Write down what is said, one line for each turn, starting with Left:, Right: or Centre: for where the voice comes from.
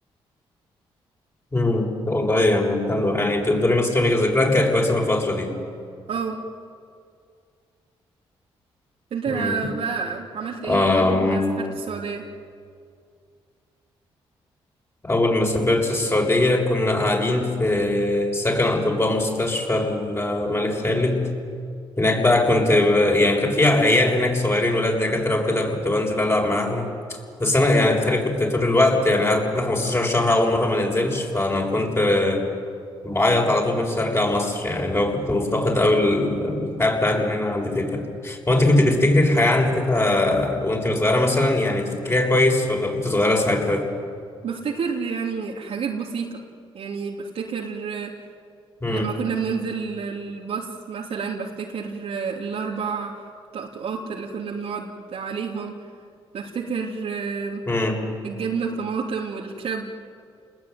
Left: امم والله يعني حلو يعني تقدري مثلا تقولي ذكريات كانت كويسة في الفترة دي
Right: اه انت
Left: مم.
Right: بقى عملت ايه
Left: أم،
Right: اول ما سافرت السعودية
Left: أول ما سافرت السعودية كنا قاعدين في سكن أطباء مستشفى الملك خالد هناك بقى كنت ب- يعني كان في عيال هناك صغيرين ولاد دكاترة وكده كنت بنزل ألعب معاهم بس أنا يعني تخيل كنت طول الوقت يعني قعدت 15 شهر أول مرة ما ننزلش فأنا كنت بعيط على طول نفسي أرجع مصر يعني لو كنت مفتقد أوي ال- الحياة بتاعتنا هنا عند تيتا هو أنت كنت تفتكري الحياة عند تيتا وأنت صغيرة مثلا يعني تفتكريها كويس ولا كنت صغيرة ساعتها؟
Right: بفتكر يعني حاجات بسيطة يعني بفتكر آه،
Left: مم.
Right: لما كنا بننزل الباص مثلا بفتكر آه، الاربع طقطقات اللي كنا بنقعد عليهم بفتكر آه،
Left: امم
Right: الجبنة بطماطم والكريب